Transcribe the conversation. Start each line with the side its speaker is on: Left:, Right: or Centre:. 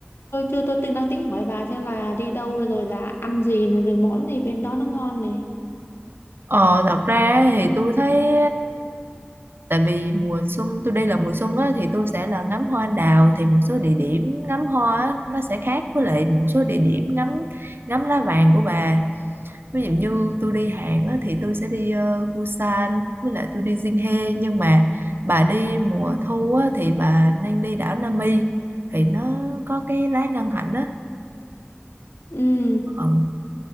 Left: Tôi chưa tôi tính đang tính hỏi bà xem là đi đâu rồi là ăn gì này rồi món gì bên đó nó ngon này.
Right: ờ thật ra thì tôi thấy tại vì mùa xuân tôi đi là mùa xuân á thì tôi sẽ là ngắm hoa anh đào thì một số địa điểm ngắm hoa á, nó sẽ khác với lại một số địa điểm ngắm ngắm lá vàng của bà ví dụ như tôi đi Hàn á thì tôi sẽ đi ờ, Busan với lại tôi đi Jinhae nhưng mà bà đi mùa thu á thì bà nên đi đảo Nami thì nó có cái lá ngân hạnh á
Left: Ừ.
Right: ừ.